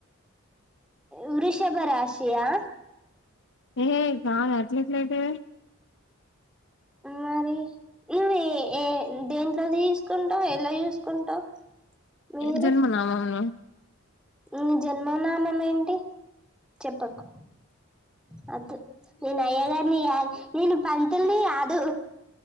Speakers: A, in the centre; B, on the left.
A: వృషభ రాశి యా
B: ఏ కాదు అట్లెట్లైతది
A: మరి నువ్వు ఏ ఏ దేంట్లో దీసుకుంటావు ఎలా చూసుకుంటావు మీరు
B: జన్మనామాం ను
A: నీ జన్మనామం ఏంటి చెప్పకు వద్దు నేను అయ్య గారిని కాదు నేను పంతుల్ని కాదు